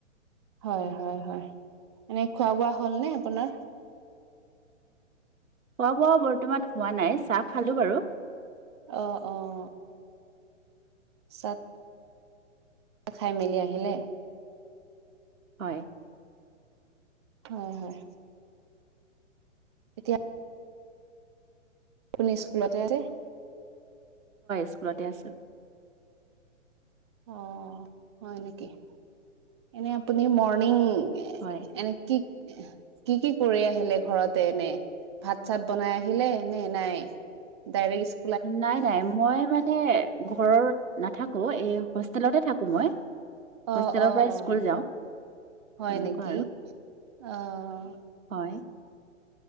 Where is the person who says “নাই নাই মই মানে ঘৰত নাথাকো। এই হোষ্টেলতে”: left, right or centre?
Right